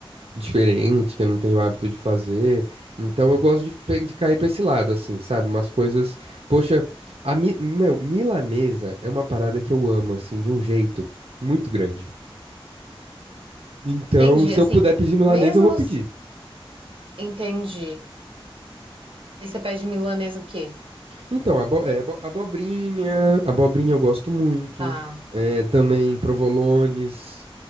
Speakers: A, on the right; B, on the right.
A: diferente, que eu não tenho hábito de fazer. Então eu gosto de, pe- de cair pra esse lado, assim, sabe? Umas coisas. Poxa, a mi- meu, milanesa é uma parada que eu amo, assim, de um jeito muito grande. Então,
B: Entendi,
A: se
B: assim,
A: eu puder pedir milanesa,
B: mesmos
A: eu vou pedir.
B: entendi. E você pede milanesa o quê?
A: Então, abo é, abo- abobrinha, abobrinha eu gosto muito.
B: Tá.
A: É, também provolones,